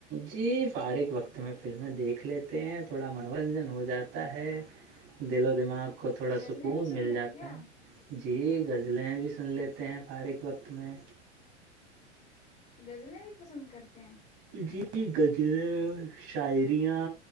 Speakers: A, on the right (about 40°); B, on the left (about 20°).
A: جی فارغ وقت میں فلمیں دیکھ لیتے ہیں تھوڑا منورنجن ہو جاتا ہے دل و دماغ کو تھوڑا
B: غزلیں
A: سکون
B: بھی سنتے
A: مل جاتا
B: ہیں کیا
A: ہے ج جی غزلیں بھی سن لیتے ہیں فارغ وقت میں
B: گزلیں بھی پسند کرتے ہیں
A: جی گز شاعریاں